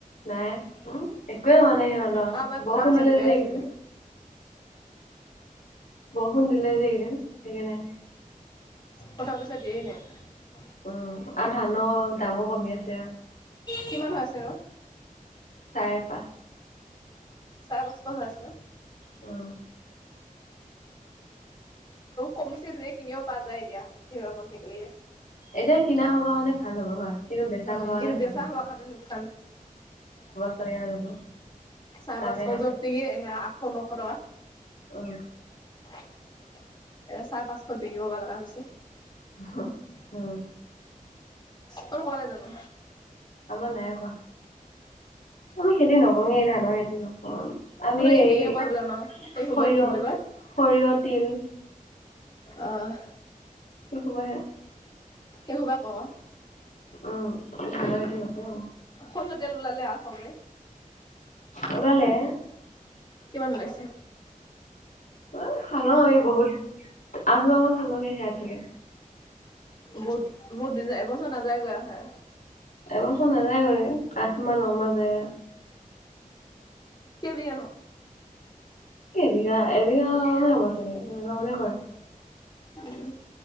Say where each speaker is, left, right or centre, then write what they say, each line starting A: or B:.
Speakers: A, on the left (about 70°); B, on the left (about 30°).
A: নাই উম একোৱে হোৱা নাই সিহঁত
B: অ আমাৰ কটা
A: বৰষুন
B: পইচা
A: দিলে
B: দিবাই
A: যে এইকেইদিন
B: আছে সিহঁতে।
A: বৰষুণ দিলে যে এইকেইদিন সেইকাৰণে
B: কথা পইচা দিয়াই নাই <unintelligible>
A: উম আৰু ধানৰ দামো কমি আছে।
B: কিমান হৈ আছে ৰ
A: চাৰে পাঁচ।
B: চাৰেপাচশই হৈ আছে ন!
A: অঁ
B: কমিছে ধুনিয়াকে কিনিওঁ পা যায় এতিয়া কিনিব মন থাকিলে
A: এতিয়া কিনা হব কাৰাণে ভাল হ'ব হয়। কিন্তু বেচা
B: অঁ'
A: হ'বৰ কাৰণে
B: কিন্তু
A: ভাল
B: বেচা
A: নহয়।
B: হোৱা কাৰণে লোকচান।
A: তনেকা যাব।
B: চাৰে
A: দামেই
B: পাঁচশজৰ
A: নাই
B: সেয়া আঠশ-নশ টকা।
A: উম,
B: এয়া চাৰ পাঁচশত বিক্ৰী হব লগা হৈছে।
A: হম, উম।
B: ত'কলে জানো?
A: আমাৰ নাই কৰা। আমি খেতি নকৰোয়ে এই ন এদিন অকমান। আমি
B: আপোনাৰ
A: এই
B: হেৰিয়ে কৰে
A: সৰিয়
B: হ'বলা ন? এই সোপা কি বুলি কয়
A: সৰিয়হ তিল
B: অঁ'।
A: তকবাৰ
B: সেই সুবা কৰ?
A: উম, ধান খেতি নকৰা।
B: সৰিহঁতেল ওলালে আওঁ হয়গে।
A: ওলালে
B: কিমান ওলাইছে?
A: অঁ' খালং আমি বহুত আন মাহ খালঙে সেয়া তেলে।
B: বুত বহুত এবছৰ নাযায় গৈ আহে।
A: এবছৰ নাযায় গ আঠ মাহ ন মাহ যায়।
B: কে কেজি আনো!
A: এবিঘা, এবিঘা মানে হ'ব চাগে এনেুৱা মানে কৰে।
B: উম।